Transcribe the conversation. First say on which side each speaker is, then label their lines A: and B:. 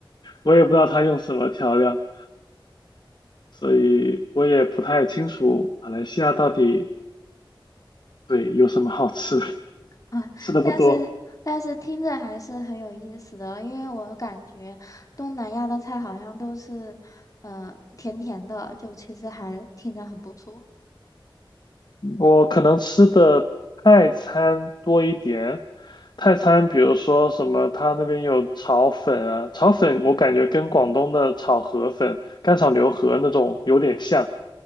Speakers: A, on the left (about 55°); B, on the left (about 40°).
A: 我也不知道它用什么调料，所以我也不太清楚马来西亚到底对有什么好吃的 <laughs>
B: 啊，
A: 吃的不多。
B: 但是但是听着还是很有意思的，因为我感觉东南亚的菜好像都是嗯、呃甜甜的，就其实还听着很不错。
A: 我可能吃的泰餐多一点，泰餐比如说什么，他那边有炒粉啊，炒粉我感觉跟广东的炒河粉、干炒牛河那种有点像，